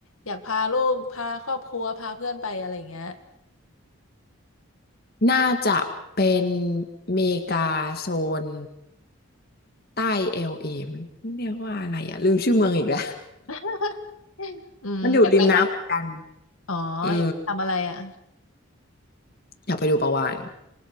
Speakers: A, on the left; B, on the left.
A: อยากพาลูกพาครอบครัวพาเพื่อนไปอะไรอย่างเงี้ย
B: น่าจะเป็นเมกาโซนใต้เอลเอมันเรียกว่าอะไรอ่ะลืมชื่อเมืองอีกแล้ว
A: <laughs> อืมอยากไปท
B: มันอยู่ริมน้ำเหมือนกัน
A: ำอ๋ออยากทำอะไรอ่ะ
B: อืมอยากไปดูปลาวาฬ